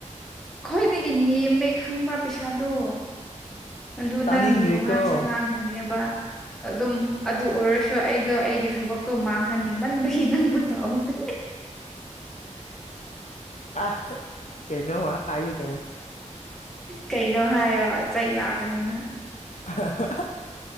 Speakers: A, in the centre; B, on the left.
A: ꯑꯩ ꯈꯈꯣꯏꯗꯒꯤ ꯅꯦꯝꯃꯦ ꯈꯪꯕ꯭ꯔꯥ ꯄꯩꯁꯥꯗꯣ ꯑꯗꯨ
B: ꯇꯥꯅꯤꯡꯗꯦꯀꯣ
A: ꯅꯪꯒꯤ ꯋꯥꯉꯥꯡ ꯁꯉꯥꯡꯗꯅꯦꯕ ꯑꯗꯨꯝ ꯑꯗꯨ ꯑꯣꯏꯔꯁꯨ ꯑꯩꯗꯣ ꯑꯩꯒꯤ ꯊꯕꯛꯇꯣ ꯃꯥꯡꯍꯟꯅꯤꯡꯃꯟꯕꯒꯤ ꯅꯪꯕꯨ ꯇꯧꯍꯒꯅꯤ
B: ꯑ ꯀꯅꯣ ꯋꯥ ꯍꯥꯏ ꯇ
A: ꯀꯩꯅꯣ ꯍꯥꯏꯌꯣ ꯆꯩ ꯂꯥꯛꯀꯅꯤꯅ
B: ꯑ